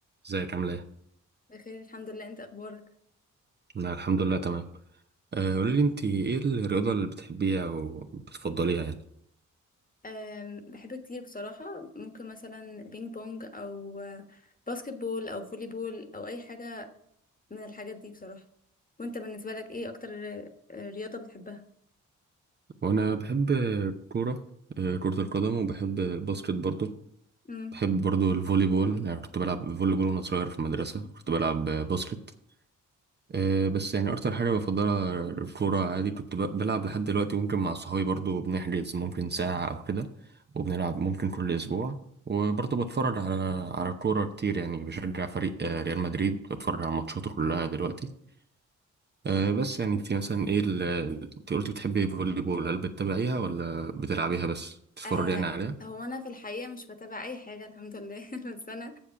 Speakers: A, on the right (about 35°); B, on the left (about 25°).
A: ازيك عامل ايه؟
B: بخير الحمد لله انت اخبارك
A: انا الحمد لله تمام أه قولي لي انت ايه الرياضة اللي بتحبيها او بتفضليها يعني
B: أم، بحب كتير بصراحة ممكن مثلا بينج بونج او آه، باسكت بول او فولي بول او اي حاجة من الحاجات دي بصراحة وانت بالنسبة لك ايه اكتر آه، رياضة بتحبها
A: وانا بحب الكورة أه كرة القدم وبحب الباسكت برضو
B: امم
A: بحب برضو الفولي بول يعني كنت بلعب فولي بول وانا صغير في المدرسة كنت بلعب باسكت أه بس يعني اكتر حاجه بفضلها الكوره عادي كنت ب- بلعب لحد دلوقتي ممكن مع صحابي برضو بنحجز ممكن ساعه او كده وبنلعب ممكن كل اسبوع وبرضو بتفرج على على الكوره كتير يعني بشجع فريق آه، ريال مدريد بتفرج على ماتشاته كلها دلوقتي أه بس يعني انت مثلا ايه ال- انت قلت بتحبي الفولي بول هل بتتابعيها ولا بتلعبيها بس بتتفرجي
B: آه
A: يعني عليها
B: هو انا في الحقيقة مش بتابع اي حاجة الحمد لله <laughs> بس انا